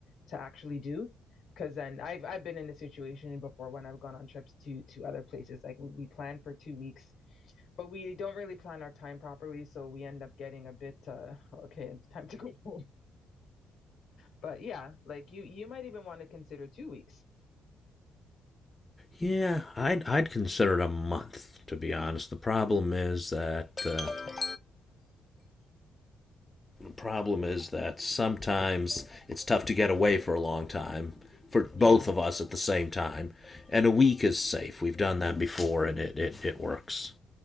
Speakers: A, on the left (about 70°); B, on the left (about 20°).
A: to actually do. Because then I've I've been in this situation before when I've gone on trips to to other places. Like we, we plan for two weeks, but we don't really plan our time properly, so we end up getting a bit uh <laughs> okay, it's time to go home. But yeah, like you you might even want to consider two weeks.
B: Yeah, I'd, I'd consider it a month, to be honest. The problem is that. Uh, problem is that sometimes it's tough to get away for a long time for both
A: Yeah.
B: of us at the same time, and a week is safe. We've done that before, and it it, it works.